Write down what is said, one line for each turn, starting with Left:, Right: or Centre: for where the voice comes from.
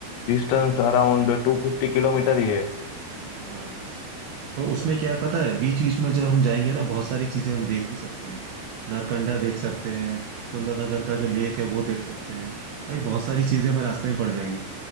Left: distance around two fifty kilometre ही है
Right: हाँ तो उसमें क्या है पता है बीच बीच में जब हम जाएंगे ना बहुत सारी चीजें हम देख भी सकते हैं नारकंडा देख सकते हैं सुंदरनगर का जो लेक है वो देख सकते हैं भाई बहुत सारी चीजें हमें रास्ते में पड़ जाएंगी